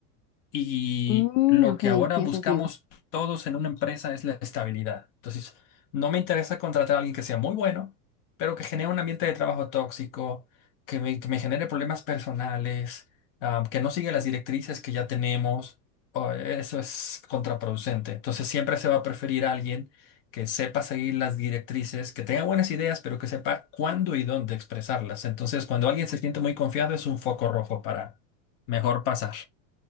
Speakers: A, on the left; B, on the left.
A: Y
B: Mm,
A: lo
B: ok,
A: que ahora
B: tiene
A: buscamos
B: sentido.
A: todos en una empresa es la estabilidad. Entonces, no me interesa contratar a alguien que sea muy bueno, pero que genere un ambiente de trabajo tóxico, que me, que me genere problemas personales, ah, que no siga las directrices que ya tenemos. O eso es contraproducente. Entonces, siempre se va a preferir a alguien que sepa seguir las directrices, que tenga buenas ideas, pero que sepa cuándo y dónde expresarlas. Entonces, cuando alguien se siente muy confiado, es un foco rojo para mejor pasar.